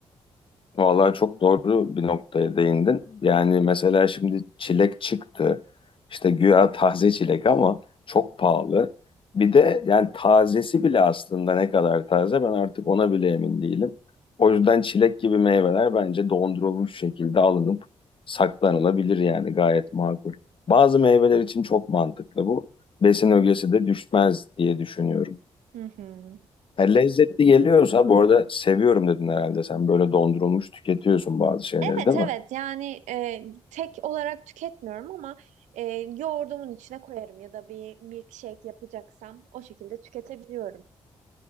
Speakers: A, on the left; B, on the right.
A: Vallahi çok doğru bir noktaya değindin. Yani mesela şimdi çilek çıktı. İşte güya taze çilek ama çok pahalı. Bir de yani tazesi bile aslında ne kadar taze ben artık ona bile emin değilim. O yüzden çilek gibi meyveler bence dondurulmuş şekilde alınıp saklanılabilir yani gayet makul. Bazı meyveler için çok mantıklı bu. Besin ögesi de düşmez diye düşünüyorum.
B: Hı hı.
A: Ha, lezzetli geliyorsa bu arada seviyorum dedin herhalde. Sen böyle dondurulmuş tüketiyorsun bazı şeyleri
B: Evet
A: değil
B: evet
A: mi?
B: yani e, tek olarak tüketmiyorum ama e, yoğurdumun içine koyarım ya da bir milkshake yapacaksam o şekilde tüketebiliyorum.